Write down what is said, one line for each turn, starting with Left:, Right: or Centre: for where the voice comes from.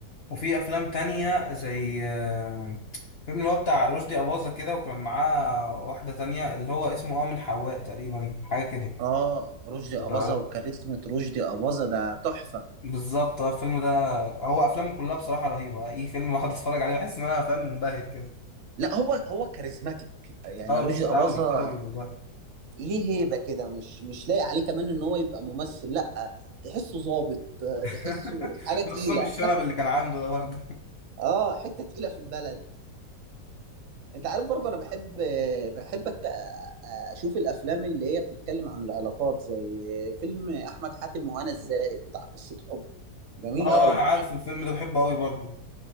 Left: وفي افلام تانية زي آه، فيلم اللي هو بتاع رشدي أباظة كده وكان معاه واحدة تانية اللي هو اسمه اه من حواء تقريبا حاجة كده
Right: اه رشدي
Left: وتعالى
Right: اباظة وكاريزما رشدي اباظة ده تحفة
Left: بالظبط اه الفيلم ده هو افلامه كلها بصراحة رهيبة اي فيلم واحد اتفرج عليه بحس ان انا فاهم منبهر كده
Right: لا هو هو كاريزماتيك يعني
Left: اه
Right: رشدي
Left: بز...
Right: اباظة
Left: اوي اوي والله
Right: ليه هيبة كده مش مش لاقي عليه كمان ان هو يبقى ممثل لا تحسه ظابط آه،
Left: <laughs>
Right: تحسه حاجة تقيلة
Left: خصوصا بالشنب اللي كان عنده ده برضه
Right: اه حتة تقيلة في البلد انت عارف برضه انا بحب بحب أت- اشوف الافلام اللي هي بتتكلم عن العلاقات زي فيلم احمد حاتم وهنا الزاهد بتاع قصة حب
Left: <laughs>
Right: جميل
Left: اه
Right: قوي
Left: انا عارف الفيلم ده بحبه اوي برضه